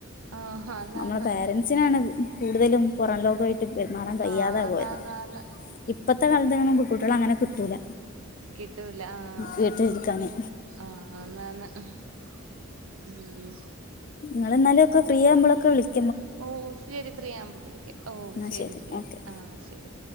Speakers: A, on the right; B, on the left.
A: ആഹ് ആന്നാന്ന്
B: നമ്മളെ പാരന്റ് സ്നാണ് കൂടുതലും പൊറം ലോകായിട്ട് പെരുമാറാൻ കഴിയാതാ
A: ആഹ് ആന്നാന്നാന്ന്
B: പോയത്. ഇപ്പത്തെ കാലത്തൊങ്ങനോന്നും പ് കുട്ട്യോളങ്ങനെ കിട്ടൂല.
A: കിട്ടൂല ആഹ്
B: വീട്ടിലിരിക്കാന്
A: ആഹ്. ആഹ് അന്നാന്ന്. ഉം. ഉം
B: ങ്ങള്ങ്ങനൊക്കെ ഫ്രീ ആമ്പോളൊക്കെ വിളി
A: ഓഹ് ശരി. ഫ്രീയാമ്പ വിളിക്കാ. ഓഹ്
B: എന്നാ
A: ശരി ശരി.
B: ഓക്കെ
A: ആഹ് ശരി.